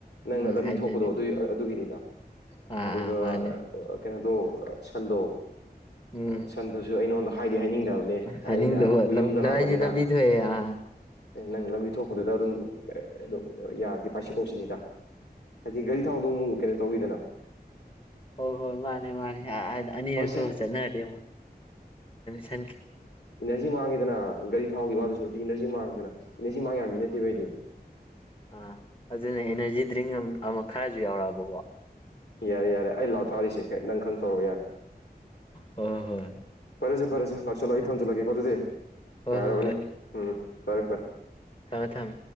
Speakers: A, on the left; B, on the left.
A: ꯅꯪꯅ
B: ꯎꯝ
A: ꯂꯝꯕꯤ
B: ꯍꯥꯏꯗꯣꯏꯅꯦ
A: ꯊꯣꯛꯄꯗꯣ ꯑꯗꯨ ꯑꯗꯨꯒꯤꯅꯤꯗ
B: ꯑꯥ
A: ꯑꯗꯨꯒ
B: ꯑꯥ ꯃꯥꯅꯦ
A: ꯀꯩꯅꯣꯗꯣ ꯁꯟꯗꯣ
B: ꯎꯝ
A: ꯁꯟꯗꯨꯁꯨ ꯑꯩꯉꯣꯟꯗ ꯍꯥꯏꯗꯤ ꯍꯥꯏꯅꯤꯡꯗꯕꯅꯦ
B: ꯍꯥꯏꯅꯤꯡꯗꯕ
A: ꯑꯩꯅ
B: ꯂꯝꯖꯦ
A: ꯌꯨꯝꯗ ꯂꯥꯛꯄꯅꯤꯅ
B: ꯂꯝꯕꯤ ꯊꯣꯛꯑꯦ ꯑꯥ
A: ꯅꯪ ꯂꯧ ꯊꯣꯛꯄꯗꯨꯗ ꯑꯗꯨꯝ ꯑꯗꯨꯝ ꯌꯥꯔꯗꯤ ꯄꯥꯏꯁꯤꯜꯂꯣ ꯁꯤꯅꯤꯗ ꯍꯥꯏꯖꯤꯛ ꯒꯥꯔꯤ ꯊꯥꯎꯗꯣ ꯑꯃꯨꯛ ꯀꯩꯅꯣ ꯇꯧꯔꯤꯗꯅ
B: ꯍꯣꯏ ꯍꯣꯏ ꯃꯥꯅꯦ ꯃꯥꯅꯦꯄ ꯑꯅꯤꯔ
A: ꯍꯣꯏꯁꯦ
B: ꯊꯣꯛ ꯆꯠꯅꯔꯗꯤ ꯑꯃꯨꯛ ꯁꯟꯈꯤ
A: ꯋꯥꯉꯗꯅ ꯒꯥꯔꯤ ꯊꯥꯎꯈꯤ ꯋꯥꯗꯨꯁꯨ
B: ꯎꯝ
A: ꯅꯠꯇꯦ ꯏꯅꯔꯖꯤ ꯃꯥꯡꯏꯗꯅ ꯏꯅꯔꯖꯤ ꯃꯥꯡ ꯌꯥꯕ ꯃꯤ ꯅꯠꯇꯦꯕ ꯑꯩꯗꯤ
B: ꯑꯥ ꯑꯗꯨꯅ ꯑꯦꯅꯔꯖꯤ ꯗ꯭ꯔꯤꯡ ꯑꯃ ꯈꯔꯁꯨ ꯌꯥꯎꯔꯛꯑꯕ ꯀꯣ
A: ꯌꯥꯔꯦ ꯌꯥꯔꯦ ꯑꯩ ꯂꯥꯎ ꯊꯥꯔꯤꯁꯦ ꯅꯪ ꯈꯪꯊꯔꯛꯑꯣ ꯌꯥꯔꯒꯦ
B: ꯍꯣꯏ ꯍꯣꯏ
A: ꯐꯔꯦꯁꯦ ꯐꯔꯦꯁꯦ ꯂꯥꯛꯁꯤꯜꯂꯣ ꯑꯩ ꯊꯝꯖꯤꯜꯂꯒ‌ꯦꯀꯣ
B: ꯍꯣꯏ
A: ꯑꯗꯨꯗꯤ
B: ꯍꯣꯏ
A: ꯌꯥꯔꯕꯅꯤ
B: ꯍꯣꯏ ꯍꯣꯏ
A: ꯎꯝ ꯐꯔꯦ ꯐꯔꯦ
B: ꯊꯝꯃꯦ ꯊꯝꯃꯦ